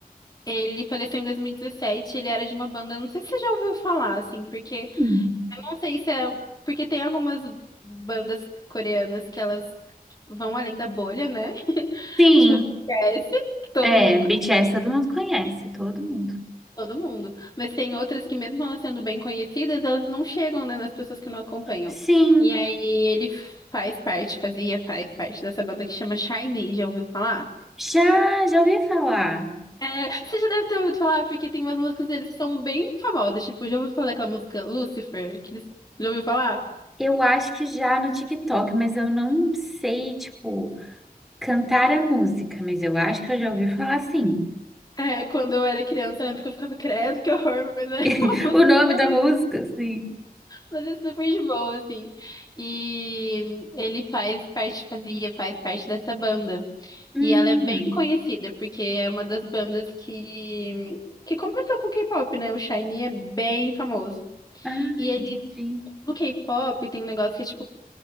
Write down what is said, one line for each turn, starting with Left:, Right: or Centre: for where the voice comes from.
Left: ele faleceu em dois mil e dezessete. ele era de uma banda, não sei se você já ouviu falar, assim, porque
Centre: Hum.
Left: Não sei se é. Porque tem algumas bandas coreanas que elas vão além da bolha, né? <laughs>
Centre: Sim,
Left: Tipo, BTS, que todo
Centre: é,
Left: mundo conhece
Centre: BTS todo mundo conhece, todo mundo.
Left: todo mundo. Mas tem outras que, mesmo elas sendo bem conhecidas, elas não chegam, né, nas pessoas que não acompanham.
Centre: Sim,
Left: E aí ele faz parte, fazia, faz parte dessa banda que chama SHINee, já ouviu falar?
Centre: já, já ouvi falar.
Left: É, você já deve ter ouvido falar, porque tem umas músicas deles que são bem famosas. Tipo, já ouviu falar daquela música Lucifer? Que eles... Já ouviu falar?
Centre: Eu acho que já no TikTok, mas eu não sei, tipo, cantar a música, mas eu acho que eu já ouvi falar sim.
Left: É, quando eu era criança, eu lembro que eu ficava, credo, que horror, <laughs> mas é
Centre: <laughs>
Left: uma música
Centre: O nome
Left: super,
Centre: da música, sim.
Left: mas é super de boa, assim. E ele faz parte, fazia, faz parte dessa banda.
Centre: Hum,
Left: E ela é bem conhecida, porque é uma das bandas que, que começou com K-pop, né? O Shiny é bem famoso.
Centre: ah,
Left: E ele,
Centre: entendi.
Left: no K-pop, tem um negócio que é tipo